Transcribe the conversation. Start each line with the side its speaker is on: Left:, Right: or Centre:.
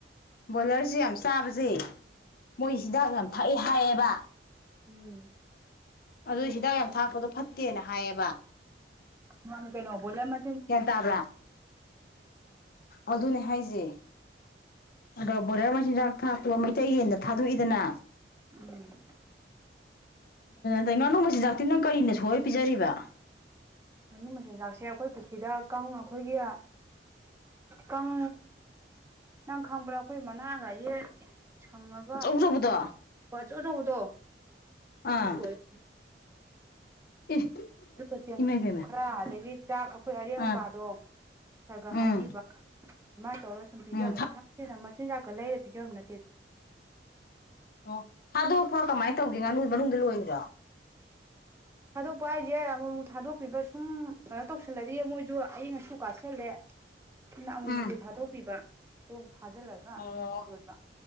Left: ꯕꯣꯏꯂꯔꯖꯦ ꯌꯥꯝ ꯆꯥꯕꯖꯦ ꯃꯣꯏ ꯍꯤꯗꯥꯛ ꯌꯥꯝ ꯊꯛꯑꯦ ꯍꯥꯏꯌꯦꯕ
Right: ꯎꯝ
Left: ꯑꯗꯨ ꯍꯤꯗꯥꯛ ꯌꯥꯝ ꯊꯥꯛꯄꯗꯣ ꯐꯠꯇꯦꯅ ꯍꯥꯏꯌꯦꯕ
Right: ꯃꯅꯦ ꯀꯩꯅꯣ ꯕꯣꯏꯂ ꯃ
Left: ꯌꯥꯟꯇꯥꯕ꯭ꯔꯥ ꯑꯗꯨꯅꯦ ꯍꯥꯏꯖꯦ ꯑꯗ ꯕꯣꯏꯂꯔ ꯃꯆꯤꯟꯖꯥꯛ ꯃꯩꯇꯩ ꯌꯦꯟꯗ ꯊꯥꯗꯣꯛꯏꯗꯅ
Right: ꯎꯝ
Left: ꯗꯩ ꯉꯥꯅꯨ ꯃꯆꯤꯟꯖꯥꯛꯇꯤ ꯅꯪ ꯀꯔꯤꯅ ꯁꯣꯏ ꯄꯤꯖꯔꯤꯕ
Right: ꯉꯥꯅꯨ ꯃꯆꯤꯟꯖꯥꯛꯁꯦ ꯑꯈꯣꯏ ꯄꯨꯈꯤꯗ ꯀꯥꯡ ꯑꯈꯣꯏꯒꯤ ꯀꯪ ꯅꯪꯈꯥꯡꯕ꯭ꯔꯥ ꯑꯈꯣꯏ ꯃꯅꯒꯥꯏꯖꯦ ꯁꯪꯉꯒ
Left: ꯑꯆꯧ ꯑꯆꯧꯕꯗꯣ
Right: <unintelligible> ꯑꯆꯧ ꯑꯆꯧꯕꯗꯣ
Left: ꯑꯥ
Right: ꯑꯗꯨ ꯁꯣꯏꯔ
Left: ꯏ
Right: ꯑꯗꯨꯒ ꯆꯦꯡꯀꯨꯞ
Left: ꯏꯃꯥꯏ ꯄꯦꯝꯃ
Right: ꯈꯔ ꯑꯗꯒꯤ ꯆꯥꯛ ꯑꯈꯣꯏ ꯑꯔꯦꯝ ꯃꯄꯥꯗꯣ
Left: ꯑꯥ
Right: ꯈꯔ ꯈꯔ
Left: ꯎꯝ
Right: ꯍꯥꯞꯄꯤꯕ ꯑꯗꯨꯃꯥꯏꯅ ꯇꯧꯔꯒ ꯁꯨꯝ ꯄꯤꯖ
Left: ꯎꯝ ꯊꯥ
Right: ꯁꯤꯅ ꯃꯆꯤꯟꯖꯥꯛꯀ ꯂꯩꯔ ꯄꯤꯖꯕ ꯅꯠꯇꯦꯗ
Left: ꯑꯣ ꯊꯥꯗꯣꯛꯄ꯭ꯔꯣ ꯀꯃꯥꯏ ꯇꯧꯒꯦ ꯉꯥꯅꯨ ꯃꯅꯨꯡꯗ ꯂꯣꯏꯔꯤꯔꯣ
Right: ꯊꯥꯗꯣꯛꯄ ꯍꯥꯏꯖꯦ ꯑꯃꯨꯛ ꯑꯃꯨꯛ ꯊꯥꯗꯣꯛꯄꯤꯕ ꯁꯨꯝ ꯀꯩꯅꯣ ꯇꯧꯁꯜꯂꯗꯤ ꯃꯣꯏꯁꯨ ꯑꯏꯪ ꯑꯁꯨ ꯀꯥꯥꯁꯜꯂꯦ ꯅ ꯑꯃꯨꯛꯃꯨꯛꯇꯤ
Left: ꯎꯝ
Right: ꯊꯥꯗꯣꯛꯄꯤꯕ ꯇꯨ ꯐꯥꯖꯤꯜꯂꯒ
Left: ꯑꯣ
Right: ꯂꯣꯏꯕ